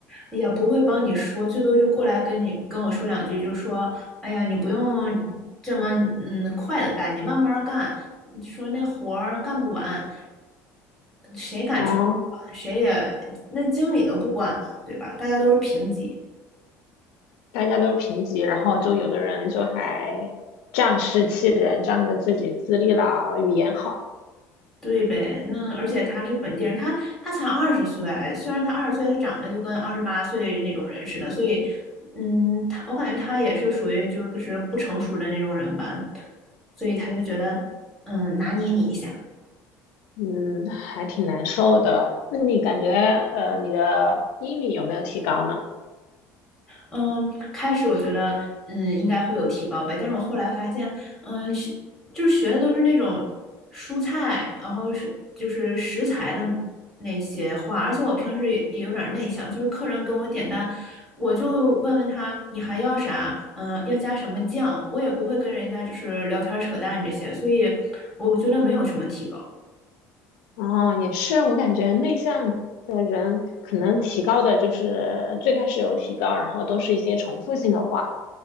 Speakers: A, in the centre; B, on the left.
A: 也不会帮你说，最多就过来跟你跟我说两句，就说，哎呀，你不用这么嗯快的干，你慢慢儿干，说那活儿干不完，谁敢出去管谁也那经理都不管呢，
B: 哦。
A: 对吧？大家都是平级。
B: 大家都是平级，然后就有的人就还仗势欺人，仗着自己资历老、语言好，
A: 对呗，那而且他是本地人，他他才二十岁啊，虽然他二十岁，他长得就跟二十八岁那种人似的，所以，嗯，他我感觉他也是属于就是不成熟的那种人吧，所以他就觉得，嗯，拿捏你一下。
B: 嗯，还挺难受的。那你感觉呃，你的英语有没有提高呢？
A: 嗯，开始我觉得嗯应该会有提高呗，但是我后来发现，嗯，学就是学的都是那种蔬菜，然后是就是食材的那些话，而且我平时也也有点内向，就是客人跟我点单，我就问问他你还要啥，嗯，要加什么酱，我也不会跟人家就是聊天扯淡这些，所以我觉得没有什么提高。
B: 哦，也是，我感觉内向的人可能提高的就是最开始有提高，然后都是一些重复性的话，